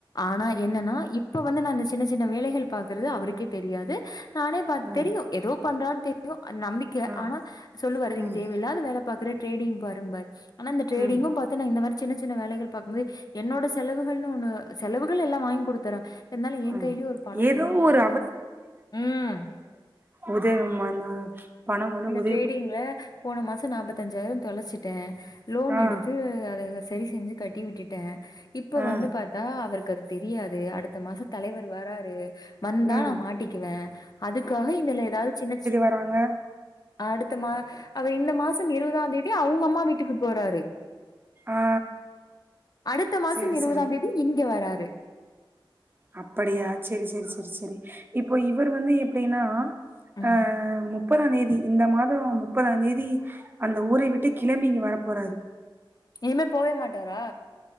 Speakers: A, on the left (about 45°); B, on the right (about 25°).
A: ஆனா என்னன்னா இப்ப வந்து நா அந்த சின்ன சின்ன வேலைகள் பாக்குறது அவருக்கே தெரியாது நானே பாத்
B: ம்
A: தெரியு ஏதோ பண்றான்னு தெரியு நம்பிக்கை
B: ஆ
A: ஆனா சொல்லுவாரு நீ இங்க
B: ம்
A: தேவையில்லாத வேல பாக்குற டிரேடிங் பாரும்பாரு ஆனா அந்த டிரேடிங்கும்
B: ம்
A: பாத் து இந்த மாரி சின்ன சின்ன வேலைகள் பாக்கும்போது என்னோட செலவுகள்னு ஒன்னு செலவுகள் எல்லா வாங்கி குடுத்துறாங் இருந்தாலு ஏ
B: ம்
A: கையிலியு ஒரு பணம்
B: ஏதோ
A: வேணுங்கிறதுக்கு
B: ஒரு
A: ம்
B: உதயமானா பணம் வந்து உத
A: டிரேடிங்ல போன மாச நாப்பத்தஞ்சாயிர தொலைச்சிட்ட லோன்
B: ஆ
A: எடுத்து அத சரி செஞ்சு கட்டி விட்டுட்டே இப்போ
B: ஆ
A: வந்து பாத்தா அவருக்கு அது தெரியாது அடுத் த மாச தலைவர் வராரு வந்தா
B: ம்
A: நா மாட்டிக்குவே அதுக்காக இதுல ஏதாது சின்ன சின்
B: க்குறாங்க
A: அடுத்த மா அவர் இந்த மாசம் இருவதாந் தேதி அவுங்க அம்மா வீட்டுக்கு போறாரு
B: ஆ
A: அடுத்த மாசம்
B: சேரி
A: இருவதாந்
B: சேரி
A: தேதி இங்க வராரு
B: அப்படியா செரி செரி செரி செரி இப்போ இவர் வந்து எப்டின்னா
A: ம்
B: அ அ முப்பதாந் தேதி இந்த மாதோ முப்பதாந் தேதி அந்த ஊரை விட்டு கிளம்பி இங்க வர போறாரு
A: இனிமே போவே மாட்டாரா